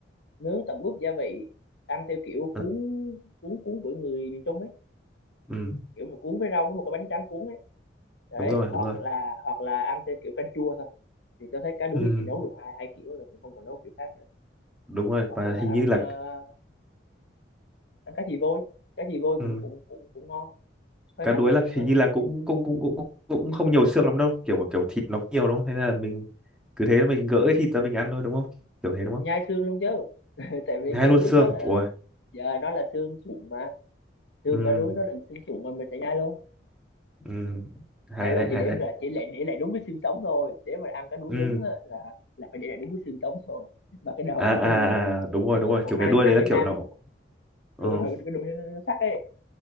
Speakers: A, on the left (about 70°); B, in the centre.
A: nướng tẩm ướp gia vị ăn theo kiểu
B: ừ,
A: cuốn cuốn cuốn của người miền Trung ấy
B: ừ
A: kiểu mà cuốn với rau với một cái bánh tráng cuốn ấy đấy
B: đúng rồi
A: hoặc
B: đúng rồi
A: là hoặc là ăn theo kiểu canh chua thôi thì tôi thấy cá đuối
B: ừ
A: thì chị nấu được hai hai kiểu rồi cũng không còn nấu kiểu khác nữa
B: đúng rồi
A: hoặc
B: và
A: là
B: hình
A: ăn
B: như là
A: ờ, ăn cá chì vôi cá chì vôi cũng
B: ừ
A: cũng cũng cũng ngon hơi
B: cá
A: mắc
B: đuối là
A: nhưng
B: hình
A: mà
B: như là
A: ok.
B: cũng cũng cũng cũng cũng cũng không nhiều xương lắm đâu kiểu mà kiểu thịt nó cũng nhiều đúng không thế là mình cứ thế là mình gỡ cái thịt ra mình ăn thôi đúng không kiểu thế
A: mình
B: đúng không
A: nhai xương luôn chứ <laughs> tại vì
B: hai
A: cá
B: luôn
A: đuối
B: xương
A: nó là
B: ôi
A: giờ nó là xương sụn mà xương
B: ừ
A: cá đuối nó là xương sụn mà mình sẽ nhai luôn
B: ừ hay
A: nhai luôn
B: đấy
A: chỉ
B: hay
A: để
B: đấy
A: là chỉ lại để lại đúng cái xương sống thôi để mà ăn cá đuối
B: ừ
A: đúng á, là là phải để lại đúng cái xương sống thôi và cái đầu
B: à, à
A: và cái đuôi
B: à, à, đúng rồi
A: thế
B: đúng
A: còn
B: rồi
A: còn
B: kiểu
A: hai
B: cái đuôi
A: hai
B: đấy là
A: cái
B: kiểu
A: mang
B: nó ờ
A: đuôi cái đuôi nó, nó sắc ấy